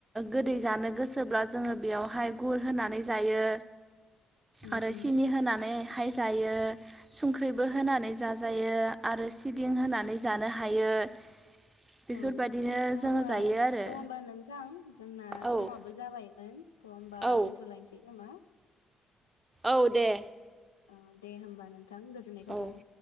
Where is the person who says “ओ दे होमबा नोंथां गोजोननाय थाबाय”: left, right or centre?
Left